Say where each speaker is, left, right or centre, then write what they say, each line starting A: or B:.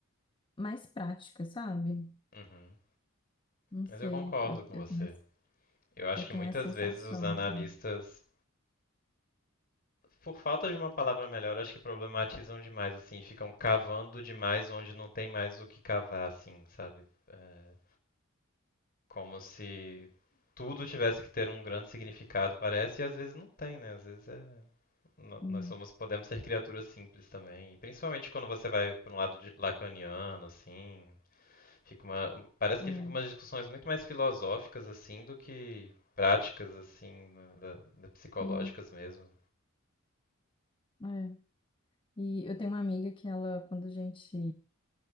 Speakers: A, on the left; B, on the left.
A: mais práticas, sabe?
B: Uhum.
A: Não
B: Mas
A: sei,
B: eu concordo
A: eu,
B: com
A: eu
B: você.
A: tenho, essa-
B: Eu acho
A: eu
B: que
A: tenho
B: muitas
A: a sensação,
B: vezes os analistas,
A: assim.
B: por falta de uma palavra melhor, acho que problematizam demais, assim, ficam cavando demais onde não tem mais o que cavar, assim, sabe? É, como se tudo tivesse que ter um grande significado, parece, e às vezes não tem, né? Às vezes é... no-
A: Hum,
B: nós somos, podemos ser criaturas simples também. E principalmente quando você vai para um lado de- lacaniano, assim, Fica uma, parece que
A: é,
B: fica umas discussões muito mais filosóficas assim do que práticas assim, na- da, da psicológicas
A: sim,
B: mesmo.
A: é. E eu tenho uma amiga que ela, quando a gente